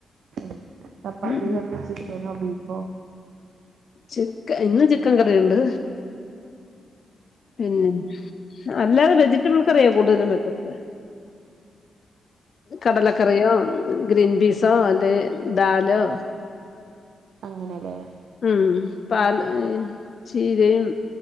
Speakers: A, on the right; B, on the left.
A: ഉം ചപ്പാത്തിക്കെന്താ
B: ഉം ഉം
A: <unintelligible> ബീഫോ
B: ചിക്ക ഇന്ന് ചിക്കൻ കറിയുണ്ട് പിന്നെ അല്ലാതെ വെജിറ്റബിൾ കറിയോ കൂടുതലും വെക്കുന്നത് കടലക്കറിയോ ഗ്രീൻ പീസോ അല്ലെ ദാലോ
A: അങ്ങനെയല്ലേ
B: ഉം പാൽ ചീരയും